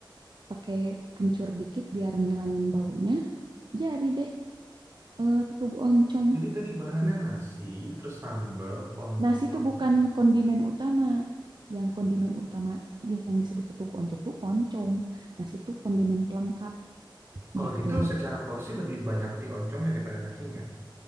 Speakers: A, on the right (about 65°); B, on the right (about 30°).
A: pakai kencur dikit biar ngilangin baunya jadi deh eh, tutug oncom
B: Jadi tadi bahannya
A: Di-
B: nasi, terus sambal, oncom.
A: nasi itu bukan kondimen utama yang kondimen utama di- yang disebut tutug oncom tuh oncom nasi itu kondimen pelengkap
B: Kalau
A: gitu
B: gitu secara porsi lebih banyak di oncomnya daripada nasinya.